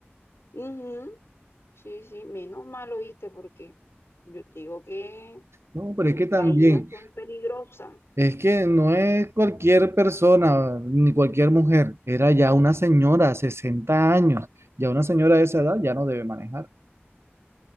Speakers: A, on the left; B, on the right.
A: Ujú, Sí, sí, menos mal, oíste, porque yo te digo que
B: No, pero
A: esas
B: es que también,
A: caídas son peligrosas.
B: es que no es cualquier persona ni cualquier mujer, era ya una señora, 60 años, ya una señora de esa edad ya no debe manejar.